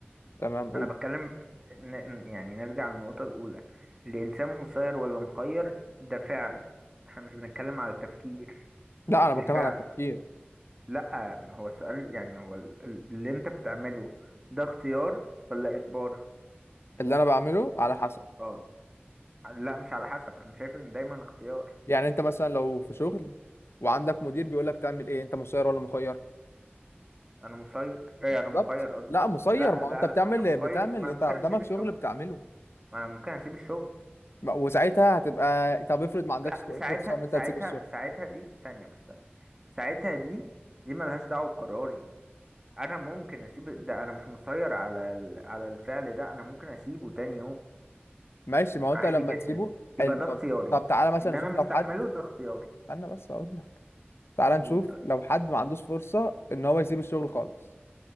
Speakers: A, on the left; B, on the right.
A: تمام قول
B: انا بتكلم ن... ن- يعني نرجع للنقطة الاولى الانسان مسير ولا مخير ده فعل احنا مش بنتكلم على التفكير
A: لا انا
B: الفعل
A: بتكلم على التفكير
B: لا هو السؤال يعني هو ال- ال- اللي انت بتعمله ده اختيار ولا اجبار
A: اللي انا بعمله على حسب
B: اه لا مش على حسب انا شايف ان دايما اختيار
A: يعني انت مثلا لو في شغل وعندك مدير بيقول لك تعمل ايه انت مسير ولا مخير
B: انا مسير ايه
A: بالظبط
B: انا مخير قصدي
A: لا مسير
B: لا
A: ما
B: لا
A: هو انت بتعمل
B: لا انا مخير
A: بتعمل
B: ما انا
A: انت
B: ممكن
A: قدامك
B: اسيب الشغل
A: شغل بتعمله
B: ما انا ممكن اسيب الشغل
A: ما- وساعتها هتبقى طب افرض ما عندكش
B: لا ساعتها
A: فرصه ان انت
B: ساعتها
A: تسيب الشغل
B: ساعتها دي ثانية بس ثانية. ساعتها دي دي ملهاش دعوة بقراري انا ممكن اسيب ده انا مش مسير على ال... على الفعل ده انا ممكن اسيبه تاني يوم
A: ماشي ما هو
B: عادي
A: انت لما
B: جدا
A: تسيبه حلو
B: يبقى ده
A: طب
B: اختياري
A: طب تعالى مثلا
B: ان
A: نشوف
B: انا مستحمله
A: لو حد
B: ده اختياري
A: استنى بس اقول لك تعالى نشوف
B: قول طيب
A: لو حد ما عندوش فرصه ان هو يسيب الشغل خالص